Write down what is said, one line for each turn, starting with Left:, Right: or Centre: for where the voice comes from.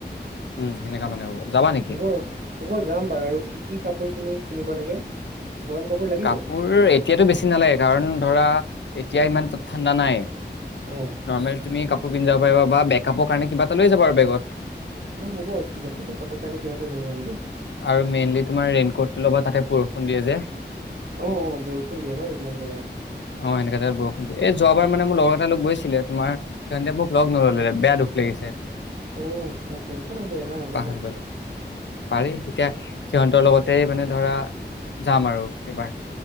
Left: উম সেনেকা মানে হ'ব যাবা নেকি
Right: হ'ব, হ'ব যাম বাৰু, আৰু কি কি কাপোৰ কিনি কিনিব লাগে গৰম লাগিব
Left: কাপোৰ এতিয়াতো বেছি নালাগে, কাৰণ ধৰা এতিয়া ইমান তাত ঠাণ্ডা নাই।
Right: অঁ
Left: নৰ্মেল তুমি কাপোৰ পিন্ধা বা বেকআপৰ কাৰণে কিবা তে লৈ যাবা আৰু বেগত।
Right: অঁ হ'ব ঠিক আছে দেই কাপোৰ কাৰণে কিবা এটা লৈ যাম দিয়া
Left: আৰু মেইনলি তোমাৰ ৰেইন কোটটো ল'বা তাতে বৰষুণ দিয়ে যে।
Right: অঁ অঁ বৰষুণ দিয়ে ন এইবিলাক জেগাত
Left: অ, এনেকা জেগাত বৰষুণ দিয়ে। এই যোৱা তবাৰ মানে মোৰ লগ এটা লগ গৈছিলে, তোমাৰ সিহঁতে মোক লগ নল'লে, বেয়া দুখ লাগিছে।
Right: অ', আচ্ছা, আচ্ছা, একো নাই দিয়া, এইবাৰ আমি
Left: পাহৰি
Right: যাম
Left: গ'ল
Right: ন'।
Left: পাৰি এতিয়া সিহঁতৰ লগতেই মানে ধৰা যাম আৰু। এইবাৰ।